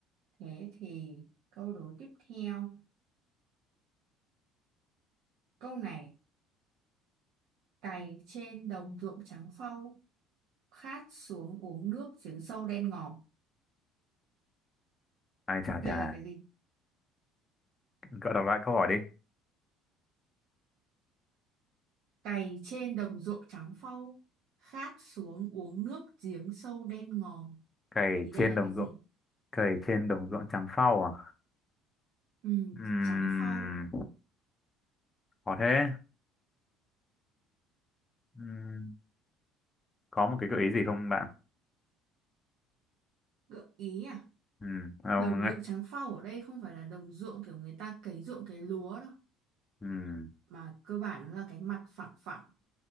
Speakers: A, on the right; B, on the left.
A: Thế thì câu đố tiếp theo. Câu này, cày trên đồng ruộng trắng phau, khát xuống uống nước giếng sâu đen ngòm.
B: Ai chà
A: Đây
B: chà,
A: là cái gì?
B: cậu đọc lại câu hỏi đi.
A: Cày trên đồng ruộng trắng phau, khát xuống uống nước giếng sâu đen ngòm.
B: Cày
A: Thì đây
B: trên
A: là
B: đồng
A: cái gì?
B: ruộng, cày trên đồng ruộng trắng phau à?
A: Ừ,
B: Ừm,
A: trắng phau.
B: khó thế. Ừm, có một cái gợi ý gì không bạn?
A: Gợi ý à?
B: Ừm, không,
A: Đồng ruộng
B: ấy.
A: trắng phau ở đây không phải là đồng ruộng kiểu người ta cấy ruộng cấy lúa đâu.
B: ừm,
A: Mà cơ bản nó là cái mặt phẳng phẳng.